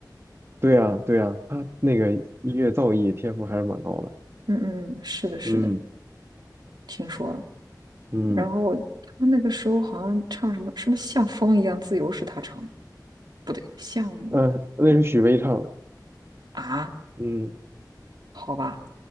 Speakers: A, on the right; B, on the right.
A: 对呀，对呀，他那个音乐造诣天赋还是蛮高的。
B: 嗯嗯嗯，是的，是的，
A: 嗯
B: 听说了。
A: 嗯
B: 然后他那个时候好像唱什么什么像风一样自由是他唱的，不对，像
A: 嗯，那是许巍唱的。
B: 啊，
A: 嗯
B: 好吧。